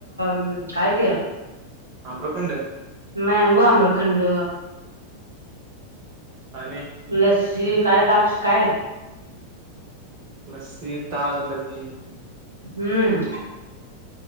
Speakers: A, on the right; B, on the right.
A: न काय त्या
B: अम्रखंड <unintelligible>
A: मँंगो आम्रखंड
B: आणि
A: लसी काय लापस काय <unintelligible>
B: लस्सी, ताग, दही.
A: हम्म.